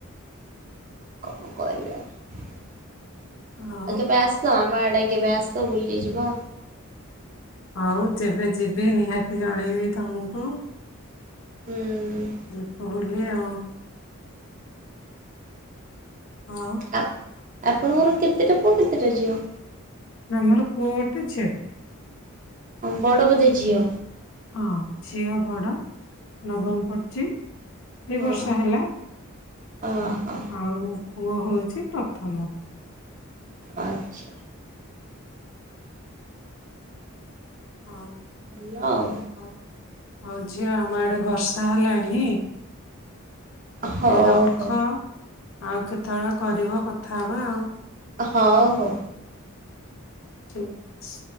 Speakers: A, on the right (about 35°); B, on the left (about 60°).
A: କଣ କରିବା ଆଉ
B: ଆଉ
A: କେବେ ଆ ତ ଆମ ଆଡେ କେବେ ଆସ ବୁଲିଯିବ।
B: ଆଉ ଯେବେ ଯିବି ନିହାତି ଜଣେଇବି ତମକୁ।
A: ହୁଁ।
B: ଯିବ ବୁଲି ଆଉ। ହଁ।
A: ଆପଣଙ୍କର କେତେଟା ପୁଅ କେତେଟା ଝିଅ?
B: ଆମର ପୁଅ ଗୋଟେ ଝିଅଟେ।
A: ହଁ ବଡ଼ ବୋଧେ ଝିଅ?
B: ହଁ ଝିଅ ବଡ ନବମ ପଢୁଚି। ଏଇ
A: ହଁ
B: ବର୍ଷ ହେଲା
A: ଓହୋ
B: ଆଉ ପୁଅ ହଉଚି ପ୍ରଥମ।
A: ଆଚ୍ଛା।
B: ହଁ।
A: ଭଲ ଆଉ।
B: ହଉ ହଉ ଝିଅ ଆମ ଆଡେ ବର୍ଷା ହେଲାଣି ଏବେ
A: ହଉ
B: ରଖ
A: ହଉ
B: ଆଉ କେତେବେଳେ କରିବ କଥା ହବା ଆଉ।
A: ହଉ ହଉ।
B: ଠିକ୍ ଛି